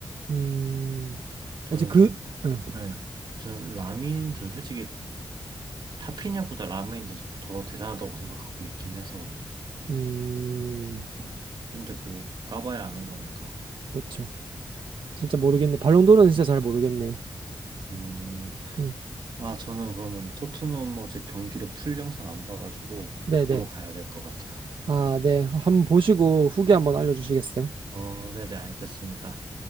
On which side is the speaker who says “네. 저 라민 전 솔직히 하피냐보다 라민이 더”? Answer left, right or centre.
Right